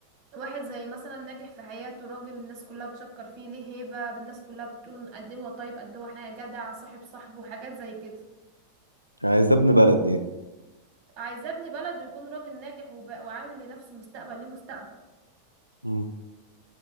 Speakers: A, on the right; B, on the left.
A: واحد زي مثلا ناجح في حياته راجل الناس كلها بتشكر فيه ليه هيبة الناس كلها بتقول ان قد ايه هو طيب قد ايه هو احنا جدع صاحب صاحبه حاجات زي كده
B: يعني عايزة ابن بلد ايه
A: عايزاه ابن بلده يكون راجل ناجح وب... وعامل لنفسه مستقبل ليه مستقبل
B: مم.